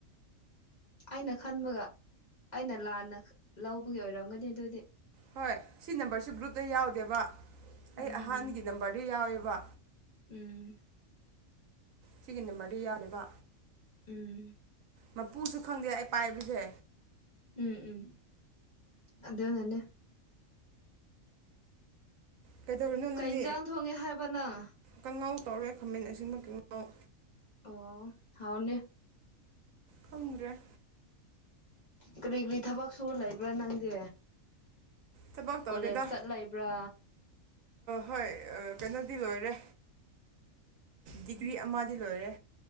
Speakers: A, on the left; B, on the right.
A: ꯑꯩꯅ ꯈꯟꯕꯒ ꯑꯩꯅ ꯂꯥꯟꯅ ꯂꯧꯕꯒꯤ ꯑꯣꯏꯔꯝꯒꯅꯤ ꯑꯗꯨꯗꯤ꯫
B: ꯍꯣꯏ ꯁꯤ ꯅꯝꯕꯔꯁꯤ ꯒ꯭ꯔꯨꯞꯇꯥ ꯌꯥꯎꯗꯦꯕ ꯑꯩ
A: ꯎꯝ
B: ꯑꯍꯥꯟꯒꯤ ꯅꯝꯕꯔꯗ ꯌꯥꯎꯋꯦꯕ
A: ꯎꯝ
B: ꯁꯤꯒꯤ ꯅꯝꯕꯔꯗꯤ ꯌꯥꯎꯗꯕ
A: ꯎꯝ
B: ꯃꯄꯨꯁꯨ ꯈꯪꯗꯦ ꯑꯩ ꯄꯥꯏꯕꯁꯦ
A: ꯎꯝ ꯎꯝ ꯑꯗꯨꯅꯅꯦ
B: ꯀꯩꯗꯧꯔꯤꯅꯣ ꯅꯪꯗꯤ
A: ꯀꯩ ꯏꯟꯖꯥꯡ ꯊꯣꯡꯉꯦ ꯍꯥꯏꯕ ꯅꯪ
B: ꯀꯉꯥꯎ ꯇꯧꯔꯦ ꯈꯥꯃꯦꯟ ꯑꯁꯤꯟꯕ ꯀꯥꯡꯉꯧ
A: ꯑꯣ ꯍꯥꯎꯅꯤ
B: ꯈꯪꯗꯔꯦ
A: ꯀꯔꯤ ꯀꯔꯤ ꯊꯕꯛꯁꯨ ꯂꯩꯕ꯭ꯔꯥ ꯅꯪꯗꯤ
B: ꯊꯕꯛ ꯇꯧꯗꯦꯗ
A: ꯀꯣꯂꯦꯖ ꯆꯠ ꯂꯩꯕ꯭ꯔꯥ
B: ꯍꯣꯏ ꯀꯩꯅꯣꯗꯤ ꯂꯣꯏꯔꯦ ꯗꯤꯒ꯭ꯔꯤ ꯑꯃꯗꯤ ꯂꯣꯏꯔꯦ